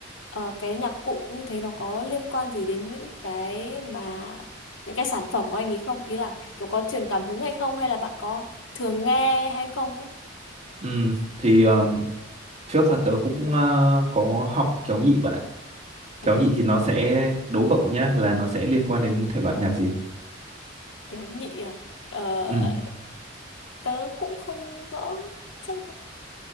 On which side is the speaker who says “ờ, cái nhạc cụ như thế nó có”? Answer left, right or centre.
Left